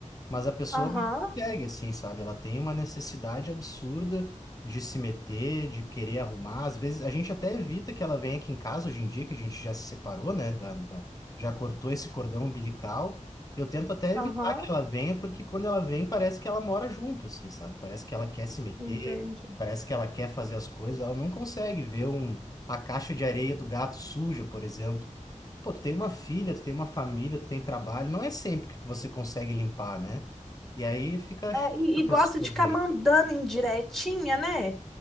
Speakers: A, on the left; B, in the centre.
A: Mas a pessoa
B: Aham,
A: não consegue, assim, sabe? Ela tem uma necessidade absurda de se meter, de querer arrumar. Às vezes, a gente até evita que ela venha aqui em casa hoje em dia, que a gente já se separou, né? Da, da- já cortou esse cordão umbilical. Eu tento até evitar
B: aham,
A: que ela venha, porque quando ela vem, parece que ela mora junto, assim, sabe? Parece que ela quer se meter,
B: entendi.
A: parece que ela quer fazer as coisas. Ela não consegue ver um, a caixa de areia do gato suja, por exemplo. Pô, tu tem uma filha, tu tem uma família, tu tem trabalho, não é sempre que você consegue limpar, né? E aí fica
B: É,
A: chato
B: e,
A: a
B: e gosta
A: pessoa
B: de ficar
A: ver.
B: mandando indiretinha, né?